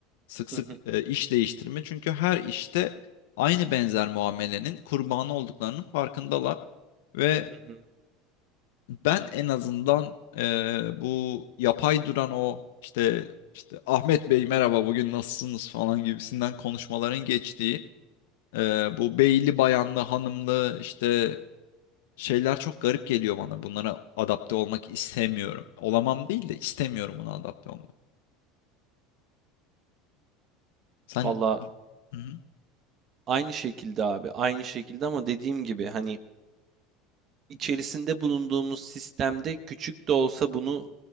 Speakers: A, on the left; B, on the right.
A: Sık sık
B: Hı hı.
A: e, iş değiştirme çünkü her işte aynı benzer muamelenin kurbanı olduklarının farkındalar ve
B: Hı hı.
A: ben en azından e, bu yapay duran o işte işte Ahmet Bey merhaba bugün nasılsınız falan gibisinden konuşmaların geçtiği ee, bu beyli bayanlı hanımlı işte şeyler çok garip geliyor bana. Bunlara adapte olmak istemiyorum. Olamam değil de istemiyorum buna adapte olmak. Sen
B: Valla
A: Hı hı,
B: aynı şekilde abi. Aynı şekilde ama dediğim gibi hani içerisinde bulunduğumuz sistemde küçük de olsa bunu